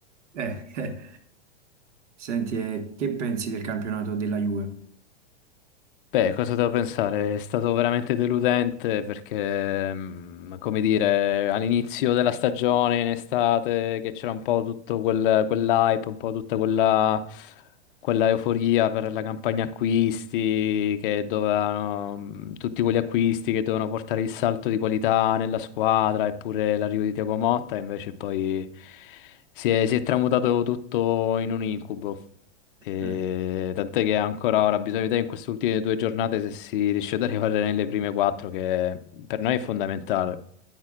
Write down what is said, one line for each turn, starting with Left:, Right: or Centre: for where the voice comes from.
Right: eh, eh, senti, eh, che pensi del campionato della Juve?
Left: ottimo. Beh, cosa devo pensare? È stato veramente deludente perché, mm, come dire, all'inizio della stagione, in estate, che c'era un po' tutto quel, quell'hype, un po' tutta quella, quella euforia per la campagna acquisti, che dovevano, mm, tutti quegli acquisti che dovevano portare il salto di qualità nella squadra, eppure l'arrivo di Thiago Motta, invece poi si è si è tramutato tutto in un incubo. E
Right: Eh,
Left: tant'è che ancora ora bisogna vedere in queste ultime due giornate se si riesce ad arrivare nelle prime quattro, che per noi è fondamentale.